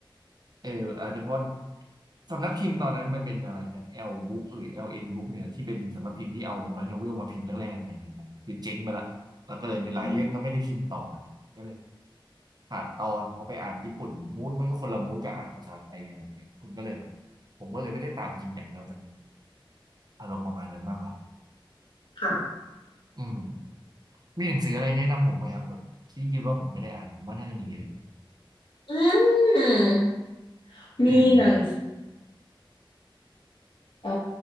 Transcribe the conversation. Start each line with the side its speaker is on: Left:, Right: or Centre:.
Right: เอออาจจะเพราะสำนักพิมพ์ตอนนั้นมันเป็นอะไรนะ L Book หรือ LN Book เนี่ยที่เป็นสำนักพิมพ์ที่เอาไลท์โนเวลมาพิมพ์แรกๆในไทยนะครับคือเจ๊งไปละแล้วก็เลยมีหลายเรื่องก็ไม่ได้พิมพ์ต่อนะก็เลย
Left: อืม
Right: ขาดตอนพอไปอ่านญี่ปุ่นมูดมันก็คนละมูดกับอ่านภาษาไทยอะไรอย่างเงี้ยคุณก็เลยแบบผมก็เลยไม่ได้ตามจริงจังแล้วจังอารมณ์ประมาณนั้นมากกว่า
Left: ค่ะ
Right: อืมมีหนังสืออะไรแนะนำผมไหมครับแบบที่คิดว่าผมไม่ได้อ่านผมว่าน่าจะมีเยอะอยู่
Left: อืมมีหนัง
Right: เออ
Left: เอ่อ